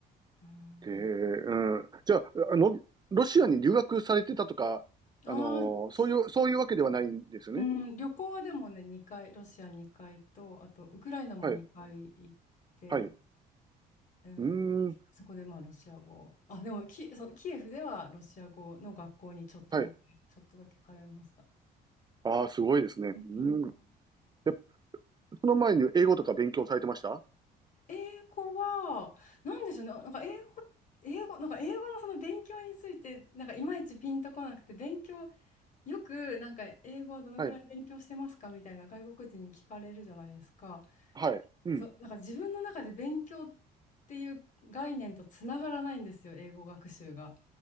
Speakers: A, on the left; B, on the right.
A: うん、
B: で、うん。じゃあ、あの、ロシアに留学されてたとか、
A: ああち、
B: あのーそういう、そういうわけではないんですね。
A: うん、旅行はでもね、2回、ロシア2回と、あとウクライナも2回行って、
B: はい。はい。う
A: えー
B: ーん。
A: そこでまあロシア語、あ、でもキ、そうキエフではロシア語の学校にちょっとだけ、
B: はい。
A: ちょっとだけ通いました。
B: ああ、すごいですね。
A: うん
B: うーん。で、その前に英語とか勉強されてました
A: 英語は、なんでしょうね、なんか英語、英語、なんか英語のその勉強について、なんかいまいちピンとこなくて、勉強、よくなんか英語はどのくらい勉強してますかみたいな外国人に聞かれるじゃないですか。
B: はい。はい。うん。
A: そう、なんか自分の中で勉強っていう概念とつながらないんですよ、英語学習が。